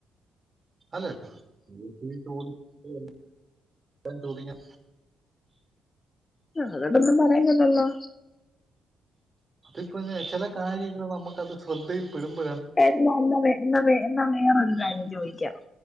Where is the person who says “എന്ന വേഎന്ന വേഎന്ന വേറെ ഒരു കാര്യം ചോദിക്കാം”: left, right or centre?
Left